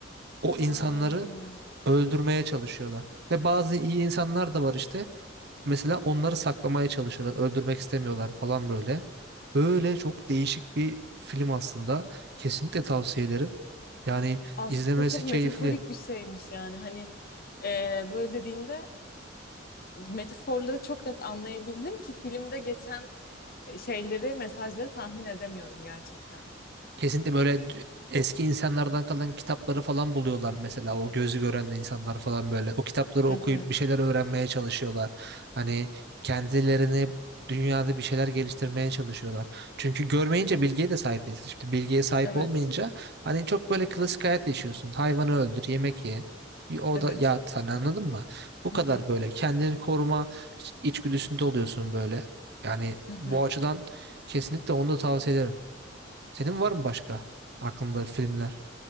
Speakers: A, on the right; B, on the left.
A: O insanları
B: Aa.
A: öldürmeye çalışıyorlar. Ve bazı iyi insanlar da var işte. Mesela onları saklamaya çalışıyorlar. Öldürmek istemiyorlar falan böyle. Böyle çok değişik bir film aslında. Kesinlikle tavsiye ederim. Yani
B: aslında
A: izlemesi
B: çok metaforik
A: keyifli.
B: bir şeymiş yani hani e, böyle dediğinde metaforları çok net anlayabildim ki filmde geçen şeyleri mesajları tahmin edemiyorum gerçekten.
A: Kesinlikle böyle eski insanlardan kalan kitapları falan buluyorlar mesela o gözü gören de insanlar falan böyle o kitapları
B: Hı
A: okuyup
B: hı.
A: bir şeyler öğrenmeye çalışıyorlar. Hani kendilerini dünyada bir şeyler geliştirmeye çalışıyorlar. Çünkü görmeyince bilgiye de sahip değilsin. Şimdi bilgiye sahip
B: Evet,
A: olmayınca hani çok böyle klasik hayat yaşıyorsun. Hayvanı öldür, yemek ye. O
B: evet.
A: da ya sen anladın mı? Bu
B: Hı
A: kadar
B: hı.
A: böyle kendini koruma içgüdüsünde oluyorsun böyle. Yani
B: Hı hı.
A: bu açıdan kesinlikle onu da tavsiye ederim. Senin var mı başka aklında filmler?